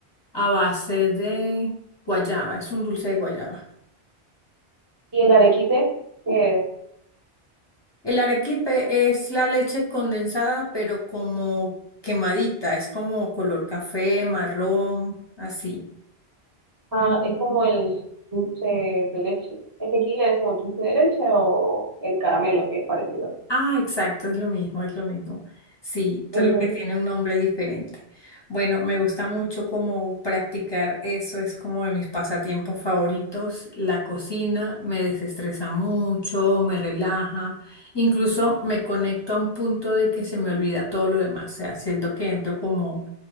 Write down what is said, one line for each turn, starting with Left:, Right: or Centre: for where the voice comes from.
Left: a base de guayaba, es un dulce de guayaba.
Right: Y el arequipe, que es,
Left: El arequipe es la leche condensada, pero como quemadita, es como color café, marrón, así.
Right: ah, es como el dulce de leche. Es que aquí le decimos dulce de leche o el caramelo, que es parecido.
Left: Ah, exacto, es lo mismo, es lo mismo. Sí,
Right: Ujú.
Left: solo que tiene un nombre diferente. Bueno, me gusta mucho como practicar eso, es como de mis pasatiempos favoritos. La cocina me desestresa mucho, me relaja, incluso me conecto a un punto de que se me olvida todo lo demás, o sea, siento que entro como